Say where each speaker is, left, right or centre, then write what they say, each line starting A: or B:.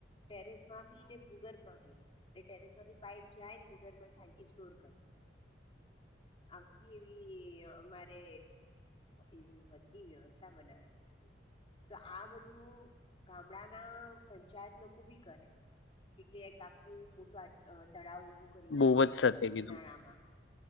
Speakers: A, on the left; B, on the left.
A: ટેરેસ માં ને ભૂગર્ભ માં એ ટેરેસ માંથી પાપ જાય ભૂગર્ભમાં ટાંકી સ્ટોર કરે
B: <inaudible>
A: આખી એવી અમારે એવું હતી વ્યવસ્થા બનાવેલી હતી તો આ બધું ગામડા ના પંચાયત લોકો બી કરે. કે એક આખું મોટું તળાવ કરી
B: બહુ
A: નાખે
B: જ સત્ય કીધું
A: ઉનાળામાં